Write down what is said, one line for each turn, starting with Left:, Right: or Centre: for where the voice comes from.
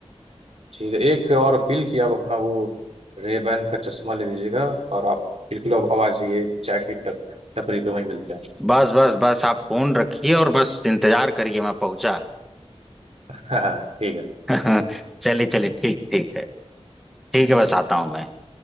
Right: ठीक है एक और अपील कि आप अपना वो रेबैन का चश्मा ले लीजिएगा और आप बिल्कुल अब आवाज ये चाय की टप टपरी पे वहीं मिलते हैं
Centre: बस बस बस आप फोन रखिए और बस इंतजार करिए मैं पहुंचा
Right: <laughs> हाँ ठीक है
Centre: <laughs> चलिए चलिए ठीक ठीक है ठीक है बस आता हूँ मैं